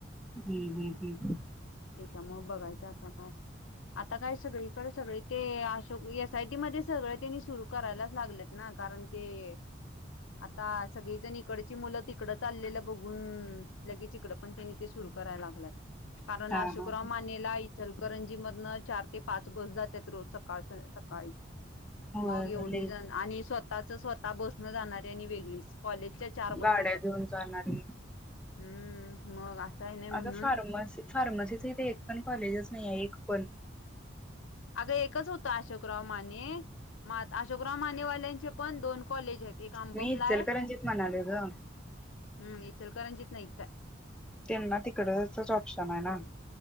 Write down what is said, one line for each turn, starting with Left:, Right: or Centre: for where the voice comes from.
Centre: जी जी जी <unintelligible>
Left: त्याच्या मग बघायचं आता काय आता काय सगळीकडे सगळी ते सगळी एस आय टी मध्ये सगळ त्यांनी सुरू करायलाच लागलेत ना कारण ते आता सगळीजण इकडची मुलं तिकडचाललेलं बघून लगेच इकडं पण त्यांनी ते सु कराय लागल्यात कारण
Centre: हा
Left: अशोकराव
Centre: हा
Left: मानेला इचलकरंजी मधनं चार ते पाच बस जातात रोज सकाळच सकाळी
Centre: होय
Left: मग एवढी
Centre: लई
Left: जण आणि स्वतः स्वतःच स्वतः बस न जाणारे आणि वेगळीच कॉलेजच्या चार
Centre: गाड्या
Left: बस येतात
Centre: घेऊन जाणारी
Left: हम्म मग असं आहे नाही म्हणून
Centre: अग फार्मसी फार्मसीच इथे एक पण कॉलेजेस नाही आहे एक पण
Left: अगं एकच होत अशोकराव माने म अशोकराव मानेवाल्यांचे पण दोन कॉलेज आहे एक आंबपला
Centre: मी इचलकरंजीत
Left: आहे
Centre: म्हणालोय ग
Left: हम इचल करंजित नाईच आय
Centre: त्यांना तिकडंचच ऑप्शन आहे ना